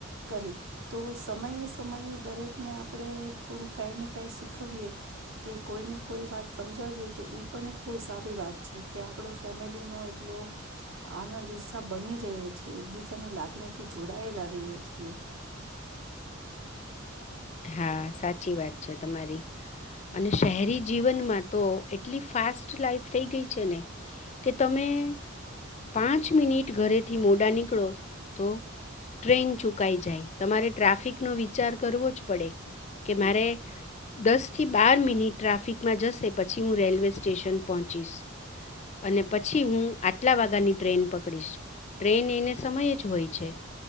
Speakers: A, on the right (about 65°); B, on the left (about 35°).
A: કરી તો સમયે સમયે દરેકને આપણે થોડું કાંઈ ને કાંઈ શીખવીએ કે કોઈને કોઈ વાત સમજાવીએ તો એ પણ એક બહુ સારી વાત છે, કે આપડો ફેમિલીનો એટલો આનંદ ઉસ્સાહ બની રહે છે, એકબીજાની લાગણી થી જોડાયેલા રએ છીએ.
B: હા સાચી વાત છે, તમારી અને શહેરી જીવનમાં તો એટલી ફાસ્ટ લાાઈફ થઈ ગઈ છે, ને કે તમે પાંચ મિનિટ ઘરેથી મોડા નીકળો તો ટ્રેન ચૂકાઈ જાય, તમારે ટ્રાફિકનો વિચાર કરવો જ પડે કે
A: હમ
B: મારે દસથી બાર મિનિટ ટ્રાફિકમાં જશે પછી હું રેલવે સ્ટેશન પહોંચીશ અને પછી હું આટલા વાગ્યાની ટ્રેન પકડીશ, ટ્રેન એને સમયે જ હોય છે